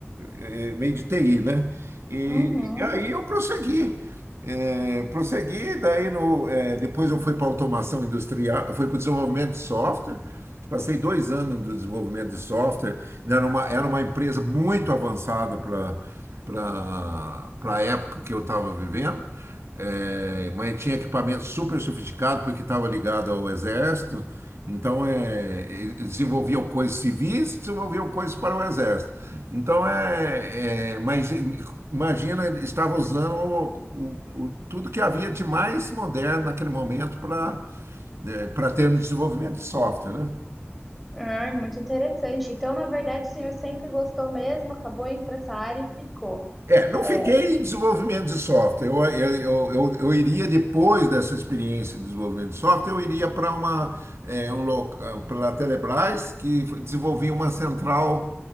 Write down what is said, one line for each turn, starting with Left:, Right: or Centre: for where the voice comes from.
Right: eh, eh, meio de TI, né? E, Uhum.
Centre: Uhum.
Right: e aí eu prossegui, eh, prossegui, daí no, eh, depois eu fui para automação industrial, fui para o desenvolvimento de software, passei dois anos no desenvolvimento de software, né? Era uma, era uma empresa muito avançada para para a época que eu estava vivendo. É, mas tinha equipamento super sofisticado porque estava ligado ao exército. Então, é, e- desenvolviam coisas civis, desenvolviam coisas para o exército. Então, é, é, mas e, imagina, ele estava usando o, o- o- tudo que havia de mais moderno naquele momento para para ter um desenvolvimento de software, né?
Centre: Ah, muito interessante. Então, na verdade, o senhor sempre gostou mesmo, acabou indo para essa área e ficou.
Right: É, não
Centre: É.
Right: fiquei em desenvolvimento de software. Eu, eu, eu, eu, eu iria, depois dessa experiência de desenvolvimento de software, eu iria para uma é, um loca- para a Telebrás, que foi- desenvolvia uma central,